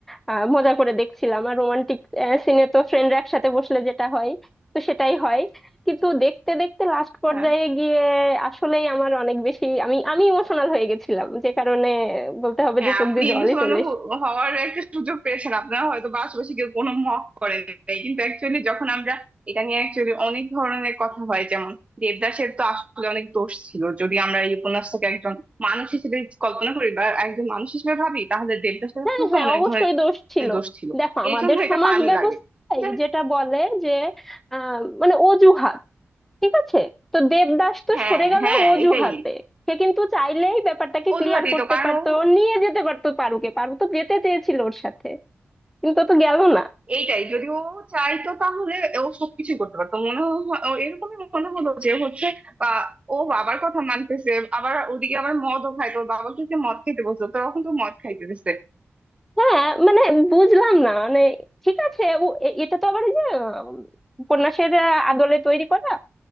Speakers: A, in the centre; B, on the right.
A: আহ, মজা করে দেখছিলাম আর রোমান্টিক সিনে তো ফ্রেন্ডরা একসাথে বসলে যেটা হয় তো সেটাই হয় কিন্তু দেখতে দেখতে লাস্ট পর্যায়ে
B: হ্যাঁ
A: গিয়ে আসলেই আমার অনেক বেশি আমি আমি ইমোশনাল হয়ে গেছিলাম যে কারণে বলতে হবে
B: হ্যাঁ
A: যে চোখ
B: আপনি
A: দিয়ে জলই
B: এই মুসলমান
A: চলে এসেছে।
B: হ- হওয়ার একটা সুযোগ পেয়েছেন আপনারা হয়তো বা আশেপাশে কেউ কোনো মক করেন নাই কিন্তু অ্যাকচুয়ালি যখন আমরা এটা নিয়ে অ্যাকচুয়ালি অনেক ধরনের কথা হয় যেমন দেবদাসের তো আসলে অনেক দোষ ছিল যদি আমরা এই উপন্যাসটাকে একজন মানুষ হিসেবে কল্পনা করি বা একজন মানুষ হিসেবে ভাবি তাহলে দেবদাসের
A: হ্যাঁ
B: আসলে
A: হ্যাঁ
B: তো অনেক
A: অবশ্যই
B: ধরনের
A: দোষ ছিল
B: দোষ ছিল
A: দেখো আমাদের
B: এই জন্য এটা
A: সমাজ
B: পানি
A: ব্যবস্থায়
B: লাগে যে
A: যেটা বলে যে আহ, মানে অজুহাত ঠিক আছে তো দেবদাস তো
B: হ্যাঁ
A: সরে গেল
B: হ্যাঁ
A: অজুহাতে
B: এটাই
A: সে কিন্তু চাইলেই ব্যাপারটাকে
B: অজুহাতই
A: ক্লিয়ার করতে
B: তো কারণ
A: পারতো
B: ও
A: ও নিয়ে যেতে পারতো পারুকে পারু তো যেতে চেয়েছিল ওর সাথে কিন্তু ও তো গেল না
B: এইটাই যদি ও চাইতো তাহলে ও সবকিছুই করতে পারতো মনে হ- ও এরকমই মনে হলো যে হচ্ছে আহ, ও বাবার কথা মানতেছে আবার ওদিকে আবার মদও খাইতো ওর বাবাকে সে মদ খাইতে বলতো তখন তো মদ খাইতে দিচ্ছে
A: হ্যাঁ মানে বুঝলাম না মানে ঠিক আছে ও এ- এটা তো আবার এই যে উম, উপন্যাসের আহ, আদলে তৈরি করা